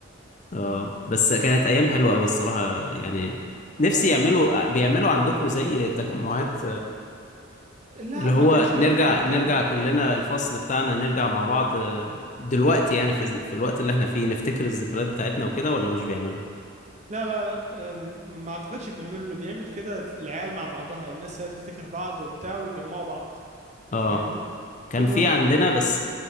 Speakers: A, on the right (about 35°); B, on the left (about 35°).
A: <laughs>
B: اه
A: مم.
B: بس كانت ايام حلوة قوي الصراحة يعني
A: اه
B: نفسي يعملوا بيعملوا عندكم زي تجمعات
A: لا
B: اللي
A: ما
B: هو
A: كانش
B: نرجع
A: ايامنا الكلام
B: نرجع
A: ده
B: كلنا الفصل بتاعنا نرجع مع بعض آه، دلوقتي يعني في في الوقت اللي احنا فيه نفتكر الذكريات بتاعتنا وكده ولا مش بيعملوا
A: لا لا لا أم، ما اعتقدش بيعملوا اللي بيعمل كده العيال مع بعضها الناس هي تفتكر بعض وبتاع ويجمعوا بعض
B: اه
A: فاهمني
B: كان
A: كل
B: في
A: واحد
B: عندنا
A: كده
B: بس